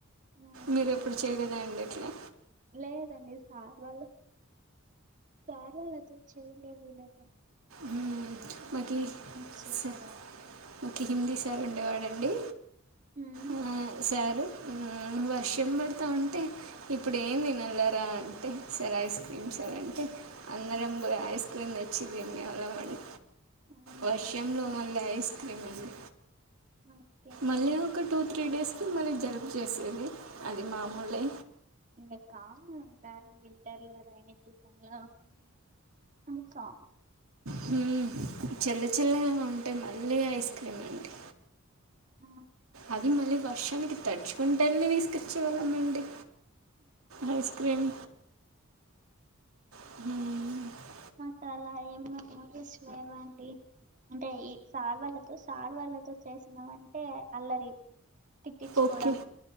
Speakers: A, on the right; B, on the right.
A: నైస్
B: మీరు
A: అండి
B: ఎప్పుడు చేయలేదా అండి అట్లా
A: లేదండి సార్ వాళ్ళ సార్ వాళ్ళుతో చేయలేదు ఇలా
B: మ్మ్ మాకి ఇస్
A: ఫ్రెండ్స్ చేసేవాళ్ళం
B: మాకి హిందీస్ <unintelligible> వాడండి
A: ఉమ్,
B: మ్మ్ సారు మ్మ్ వర్షం పడతా ఉంటే ఇప్పుడు ఏం తినల్లరా అంటే సరే ఐస్
A: ఉమ్,
B: క్రీమ్ సార్ అంటే అందరం
A: ఉమ్.
B: ఐస్ క్రీమ్ తెచ్చి తినేవాళ్ళం అండి
A: అవునా
B: వర్షం
A: అండి
B: లో మళ్ళా ఐస్ క్రీమ్ అండి
A: ఓకే
B: మళ్ళీ ఒక టూ త్రీ డేస్కి మళ్ళీ జలుబు చేసేది అది మామూలే
A: ఇంకా కావల్ల ఇంకా వింటర్ లో కాని సీజన్ లో ఇంకా
B: హ్మ్ చల్ల చల్లగా ఉంటే మళ్ళీ ఐస్ క్రీమ్ అండి
A: ఆ
B: అది మళ్ళీ వర్షానికి తడుచుకుంట ఎళ్ళి తీసుకొచ్చేవాళ్ళంమండి ఐస్ ఐస్ క్రిమ్ ఉనా
A: నాకు అలా ఏం <unintelligible> కదా అండి అంటే ఈ సార్ వాళ్ళతో సారు వాళ్ళతో చేసినాం అంటే అల్లరి తిట్టించుకోవడం
B: ఓకే